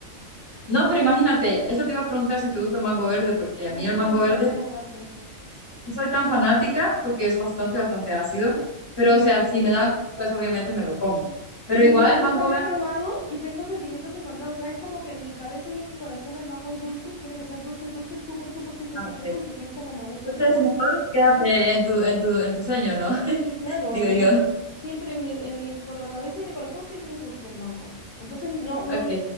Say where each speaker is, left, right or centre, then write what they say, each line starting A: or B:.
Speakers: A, on the left; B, on the left.
A: No, pero imagínate, eso te iba a preguntar si te gusta el mango verde, porque a mí
B: Nunca
A: el mango
B: he comido
A: verde
B: mango verde.
A: no soy tan fanática porque es bastante, bastante ácido, pero
B: Mm,
A: o sea, si me dan, pues obviamente me lo como. Pero
B: Nunca,
A: igual
B: nunca
A: el mango
B: lo
A: verde,
B: he probado y tengo sentimientos encontrados. O sea, es como que en mi cabeza y en mi corazón el mango es dulce y tiene que ser dulce, dulce, súper, súper, súper,
A: ah,
B: súper
A: ok.
B: dulce, que es como me gusta
A: entonces
B: a mí el
A: mejor quédate en tu, en tu, en tu sueño, ¿no? <laughs>
B: Claro,
A: Digo
B: en mi
A: yo.
B: fam- siempre en mi, en mi cora- cabeza y mi corazón siempre es dulce el mango. Entonces no, no,
A: Ok.